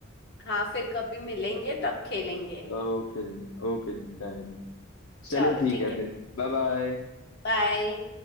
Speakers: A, on the left; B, on the left.
A: हाँ फिर कभी मिलेंगे तब खेलेंगे
B: Okay then okay then done done
A: चलो
B: चलो ठीक
A: ठीक
B: है
A: है
B: फिर Bye bye
A: बाय